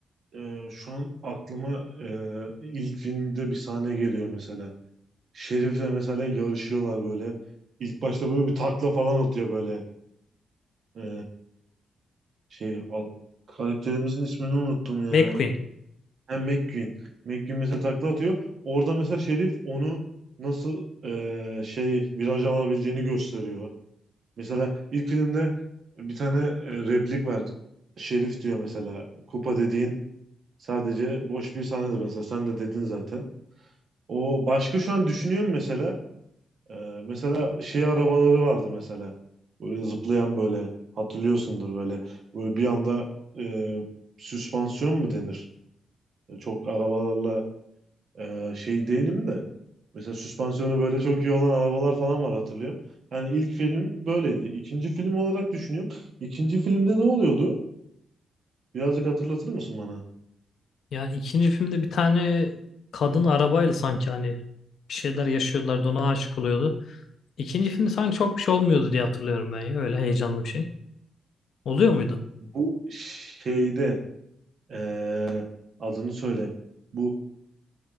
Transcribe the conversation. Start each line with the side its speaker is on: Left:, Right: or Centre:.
Right: E, şu an aklıma e, ilk filmde bir sahne geliyor mesela. Şerif'le mesela yarışıyorlar böyle. İlk başta böyle bir takla falan atıyor böyle. E, Şey al, karakterimizin ismini unuttum ya.
Left: McQueen.
Right: Ha McQueen. McQueen mesela takla atıyor. Orada mesela Şerif onu nasıl eee, şey viraj alabileceğini gösteriyor. Mesela ilk filmde bir tane e, replik var. Şerif diyor mesela. Kupa dediğin sadece boş bir sahnedir mesela. Sen de dedin zaten. O başka şu an düşünüyorum mesela. Ee, mesela şey arabaları vardı mesela. Böyle zıplayan böyle hatırlıyorsundur böyle. Böyle bir anda e, süspansiyon mu denir? E, çok arabalarla e, şey değilim de. Mesela süspansiyonu böyle çok iyi olan arabalar falan var hatırlıyorum. Yani ilk film böyleydi. İkinci film olarak düşünüyorum. İkinci filmde ne oluyordu? Birazcık hatırlatır mısın bana?
Left: Ya ikinci filmde bir tane kadın arabayla sanki hani bir şeyler yaşıyorlardı ona aşık oluyordu. İkinci filmde sanki çok bir şey olmuyordu diye hatırlıyorum ben ya. Öyle heyecanlı bir şey. Oluyor muydu?
Right: Bu şeyde e, adını söyle. Bu